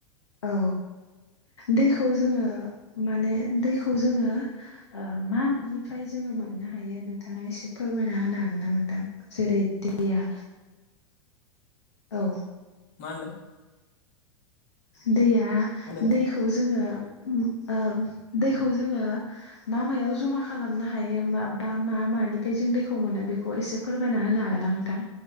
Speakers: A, on the left; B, on the left.
A: औ दैखौ जोङो माने दैखौ जोङो मा मानिफ्राय जोङो मोननो हायो नोंथाङा एसे फोरमायना होनो हागोन ना नोंथां? जेरै दैया औ
B: मा होनदों?
A: दैया
B: मा होनदों
A: दैखौ जोङो ओ दैखौ जोङो मा मायाव जमा खालामनो हायो मा बा मा मानि फ्राय जों दैखौ मोनो बेखौ एसे फोरमायना होनो हागोन ना नोंथां?